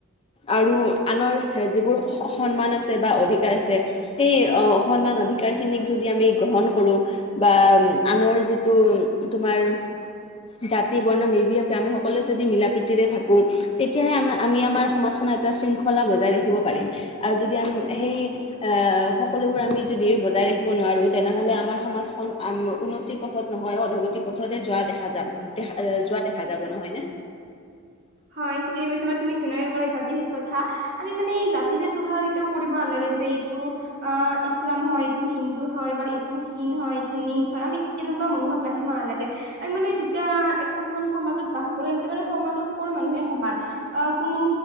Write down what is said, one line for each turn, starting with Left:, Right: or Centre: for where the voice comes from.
Left: আৰু আনৰ যিবোৰ সন্মান আছে বা অধিকাৰ আছে। সেই আসন্মান অধিকাৰ খিনিক যদি আমি গ্ৰহণ কৰোঁ- বা আনৰ যিটো তোমাৰ জাতি বৰ্ণ নিৰ্বিশিকে আমি সকলোৱে যদি মিলা প্ৰীতিৰে থাকো তেতিয়াহে আমাৰ আমি আমাৰ সমাজখননৰ এটা শৃংখলা বজাই ৰাখিব পাৰিম আৰু যদি আমি সেই- এ সকলোবোৰ আমি যদি বজাই ৰাখিব নোৱাৰোঁ তেনেহ'লে আমাৰ সমাজখন আন উন্নত উন্নতি পথত নহয় অধগতি পথতে যোৱা দেখা যাব দেখা যোৱা দেখা যাব নহয় নে?
Right: হয়ঁ ঠিকে কৈছা মই তুমি যেনেকে ক'লে জাতি ভেদ কথা আমি মানে জাতি ভেদ এতিয়াও কৰিব নালাগে যে যে এইটো অ ইছলাম হয়ঁ এইটো হিন্দু হয়ঁ বা তটো হীন হয় তটো নিজ হয় আমি এনেকুৱা মনোভাৱ ৰাখিব নালাগে আ মানে যেতিয়া একোখন সমাজত বাস কৰি তেতিয়া মানে সমাজৰ- সকলো মানুহে সমান আহ কোনো